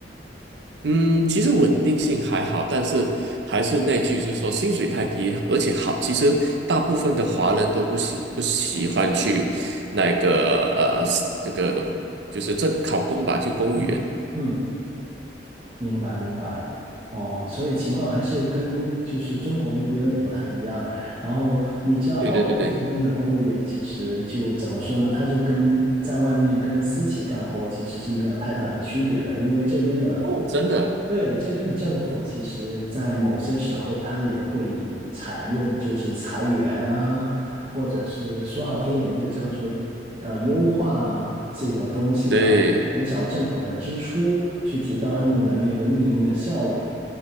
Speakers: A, on the right; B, on the right.
A: 嗯，其实稳定性还好，但是还是那句，就是说薪水太低，而且好，其实大部分的华人都不喜不喜欢去那个呃这个就是正考公吧，就公务员。
B: 嗯嗯。明白明白，哦，所以情况还是跟就是中国那边有点不太一样。然后你知道澳洲这边的公务员其实就怎么说呢？
A: 对对对对，
B: 他就跟在外面跟私企干活其实是没有太大的区别的，因为这边的，
A: 哦，真的，
B: 对，这边的政府其实在某些时候他也会采用就是裁员啊，或者是说好听一点就叫做呃优化啊这种东西，
A: 对。
B: 然后。减少政府的支出，去提高他们的那个运营的效率。